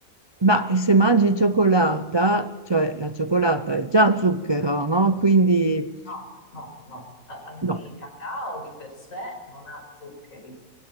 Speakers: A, on the right; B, on the left.
A: ma se mangi cioccolata, cioè la cioccolata è già zucchero, no? Quindi,
B: No, no, no. A- a- Il
A: no,
B: cacao di per sé non ha zuccheri.